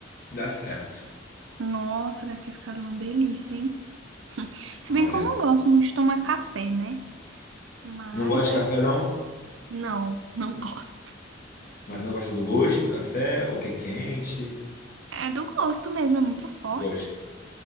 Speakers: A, on the left; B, on the right.
A: dá certo.
B: Nossa, deve ter ficado uma delícia, hein? Se
A: Olha,
B: bem que eu não gosto muito de tomar café, né? Mas
A: não gosto
B: deve
A: de café
B: ter...
A: não,
B: Não, não <laughs> gosto.
A: mas não gosta do gosto do café, o que é quente.
B: É do gosto mesmo, é muito forte,
A: Eu gosto.